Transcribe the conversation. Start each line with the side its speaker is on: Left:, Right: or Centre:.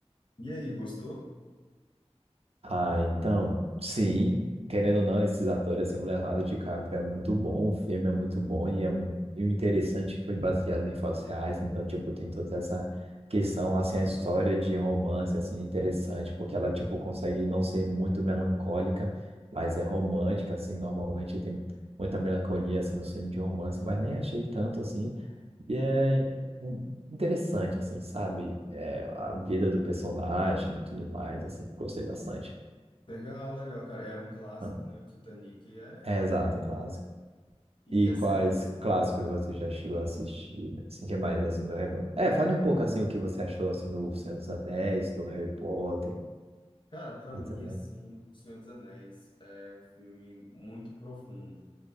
Left: E aí, gostou?
Right: Ah, então, sim, querendo ou não, esses atores, assim, o Leonardo DiCaprio é muito bom, o filme é muito bom e, é, mu- e o interessante é que foi baseado em fatos reais, então, tipo, tem toda essa questão, assim, a história de romance, assim, é interessante, porque ela, tipo, consegue não ser muito melancólica, mas é romântica, assim, normalmente tem muita melancolia, assim, nos filmes de romance, mas nem achei tanto, assim, e é hum, interessante, assim, sabe? É, a vida do personagem e tudo mais, assim, gostei bastante.
Left: Legal, legal, cara. É um clássico,
Right: Ah,
Left: né? O Titanic é.
Right: É, exato, clássico.
Left: E
Right: E
Left: assim,
Right: quais
Left: a-
Right: clássicos você já chegou a assistir? Assim, que mais, assim, do Harry Potter? É, fale um pouco, assim, o que você achou, assim, do Senhor dos Anéis, do Harry Potter
Left: cara, pra
Right: e
Left: mim
Right: também
Left: assim, O Senhor dos Anéis é um filme muito profundo.